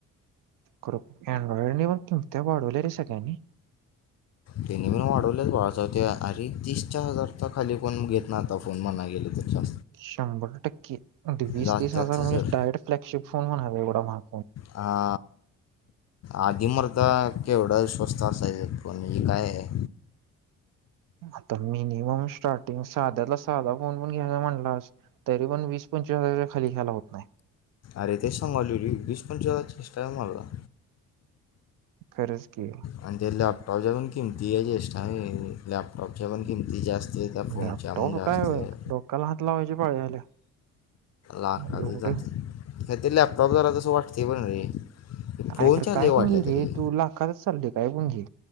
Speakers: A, on the right; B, on the left.
A: खरो अनड्रॉइड नाही बण तुम त्या वाढवले रे सगळ्यांनी
B: त्याने मणून वाढवलेच बाळाचं ते अरे तीस चार हजार तर खाली कोण घेत ना आता फोन म्हणा गेले तरच्या
A: शंभर टक्के वीस
B: जात्यात
A: तीस हजार म्हणजे
B: सर
A: डायरेक्ट फ्लॅगशिप फोन म्हणाला एवढा मग
B: हा आधी मता केवढं स्वस्त असायचं पोण हे काय आहे
A: आता मिनिमम स्टार्टिंग साध्याला साधा फोन पण घ्याला म्हणलास तरी पण वीस पंचवी हारच्या खाली ख्यायला होत नाही
B: अरे तेच सांगाल वीस पण चेष्टा मारला
A: खरज की
B: आणि त्या लॅपटॉपच्या पण किमती या जेा लॅपटॉपच्या पण किमती जास्त आहे त्या फोनच्या
A: लॅपटॉप
B: पण जास्त
A: काय व
B: आहे
A: लोकला हात लावायचे पाळी आल्या
B: लाखात
A: एवढं
B: जाते का ते लॅपटॉप जरा तसं वाटते पण रे फोनच्या
A: अरेखरं काय
B: लय वाटल्या
A: पण घे रे
B: तरी
A: तू लाखातच चाल र काय पण घे